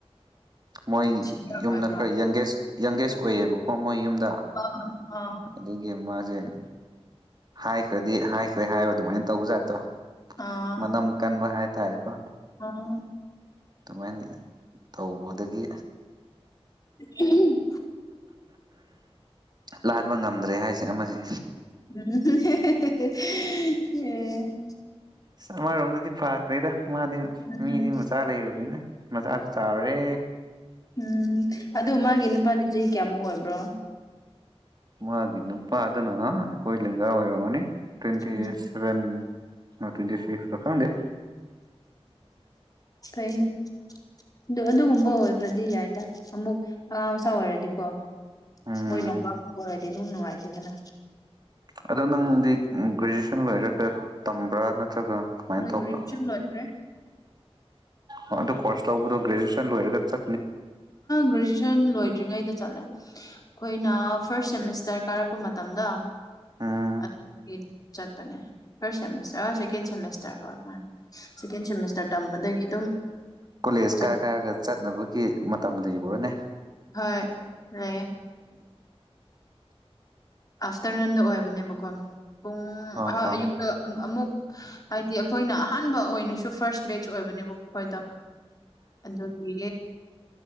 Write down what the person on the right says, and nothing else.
ꯃꯣꯏ
ꯌꯨꯝꯗ
ꯈꯔ ꯌꯪꯒꯦꯁ ꯌꯪꯒꯦꯁ ꯑꯣꯏꯑꯕꯀꯣ ꯃꯣꯏ ꯌꯨꯝꯗ
ꯑꯗꯨꯒꯤ ꯑꯃ ꯍꯧꯛ ꯍꯥꯏꯈ꯭ꯔꯗꯤ ꯍꯥꯏꯈ꯭ꯔꯦ ꯍꯥꯏꯕ ꯑꯗꯨꯃꯥꯏꯅ ꯇꯧꯕꯖꯥꯠꯇ꯭ꯔꯣ
ꯃꯅꯝ ꯀꯟꯕ ꯍꯥꯏꯇꯥꯔꯦꯀꯣ
ꯑꯗꯨꯃꯥꯏꯅ ꯇꯧꯕꯗꯒꯤ
ꯂꯥꯟꯕ ꯉꯝꯗ꯭ꯔꯦ ꯍꯥꯏꯁꯦ ꯑꯃꯁꯦ
ꯁꯃꯥꯔꯣꯝꯗꯗꯤ ꯐꯥꯈ꯭ꯔꯦꯗ ꯃꯥꯗꯤ
ꯃꯤꯗꯤ ꯃꯆꯥ ꯂꯩꯔꯕꯅꯤꯅ ꯃꯆꯥꯁꯨ ꯆꯥꯎꯔꯦ
ꯃꯥꯒꯤ ꯅꯨꯄꯥꯗꯨꯅ ꯑꯩꯈꯣꯏ ꯂꯦꯡꯒꯥ ꯑꯣꯏꯔꯝꯒꯅꯤ ꯇ꯭ꯋꯦꯟꯇꯤ
ꯁꯚꯦꯟ ꯑꯣ ꯇ꯭ꯋꯦꯟꯇ ꯁꯤꯁ ꯔꯪꯦ
ꯎꯝ
ꯑꯗꯣ ꯅꯪꯗꯤ ꯒ꯭ꯔꯦꯖꯨꯌꯦꯁꯟ ꯂꯣꯏꯔꯒ ꯇꯝꯕ꯭ꯔꯥ ꯅꯠꯇ꯭ꯔꯒ ꯀꯃꯥꯏꯅ
ꯇꯧꯕ
ꯑ ꯑꯗꯨ ꯀꯣꯁ ꯂꯗꯣꯒ꯭ꯔꯦꯖꯨꯌꯦꯁꯟ ꯂꯔꯒ ꯆ
ꯎꯝ
ꯀꯣꯂꯦꯖ
ꯀꯥꯏ ꯀꯥꯏꯔꯒ ꯆꯠꯅꯕꯒꯤ ꯃꯇꯝ ꯂꯩꯕꯅꯦ
ꯍ ꯍ